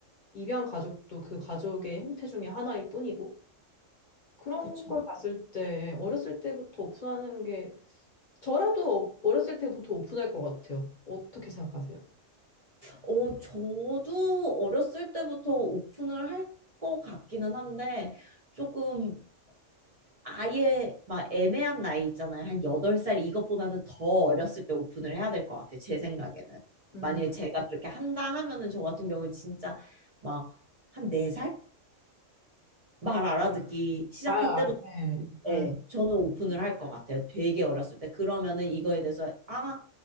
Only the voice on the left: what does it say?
입양 가족도 그 가족의 형태 중에 하나일 뿐이고. 그런
걸 봤을 때, 어렸을 때부터 오픈하는 게, 저라도 어- 어렸을 때부터 오픈할 것 같아요. 어떻게 생각하세요?
음,
아,
네.
음,